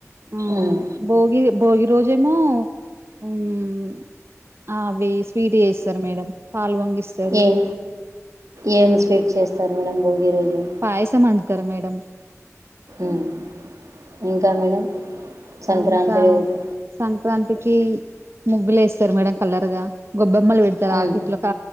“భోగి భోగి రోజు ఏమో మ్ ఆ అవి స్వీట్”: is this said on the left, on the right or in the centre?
Right